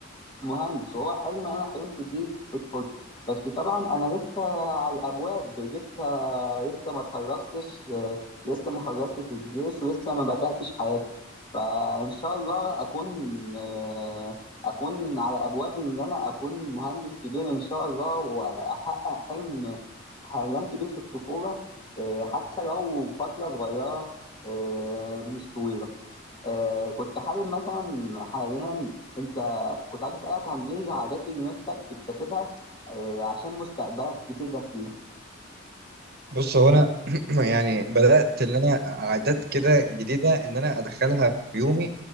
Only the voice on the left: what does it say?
مهندس وهو حلم انا حلمت بيه في طفولتي بس طبعا انا لسه على الابواب لسه لسه ما اتخرجتش آه، لسه ما خلصتش الجيش ولسه ما بداتش حياتي فان شاء الله اكون آه، اكون على ابواب ان انا اكون مهندس كبير ان شاء الله واحقق حلم حلمت بيه في الطفوله آه، حتى لو فتره صغيره آه، مش طويله آه كنت حابب مثلا حاليا انت كنت عايز اسالك عن ايه عادات اللي نفسك تكتسبها آه عشان مستقبلك تفيدك فيه